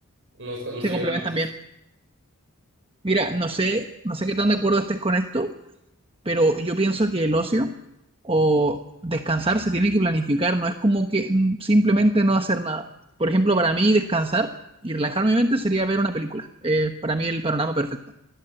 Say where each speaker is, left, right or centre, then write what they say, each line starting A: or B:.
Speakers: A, on the right; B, on the right.
A: nos, nos
B: se
A: ayudamos.
B: complementan bien. Mira, no sé, no sé qué tan de acuerdo estés con esto, pero yo pienso que el ocio o descansar se tiene que planificar, no es como que mm, simplemente no hacer nada. Por ejemplo, para mí descansar y relajar mi mente sería ver una película. Eh, para mí el panorama perfecto.